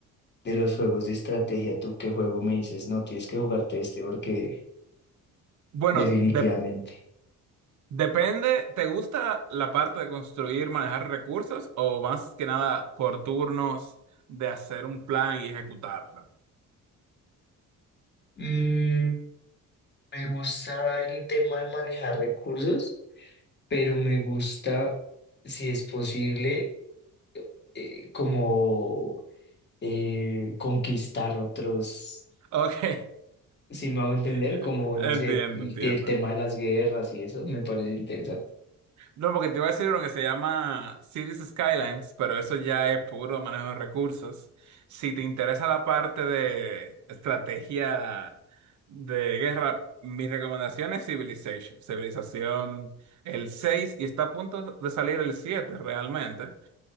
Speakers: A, on the left; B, on the right.
A: de los juegos de estrategia. ¿Tú qué juego me dices? No, tienes que jugarte este porque
B: bueno,
A: definitivamente.
B: de- depende, ¿te gusta la parte de construir, manejar recursos o más que nada por turnos de hacer un plan y ejecutarlo?
A: Mm, me gusta el tema de manejar recursos, pero me gusta, si es posible, eh, como eh, conquistar otros
B: Ok,
A: si me hago entender,
B: <laughs>
A: como,
B: entiendo,
A: no sé, el,
B: entiendo.
A: el tema de las guerras y eso, me parece interesante.
B: No, porque te iba a decir uno que se llama Cities Skylines, pero eso ya es puro manejo de recursos. Si te interesa la parte de estrategia de guerra, mi recomendación es Civilization. Civilización el seis y está a punto de salir el 7 realmente.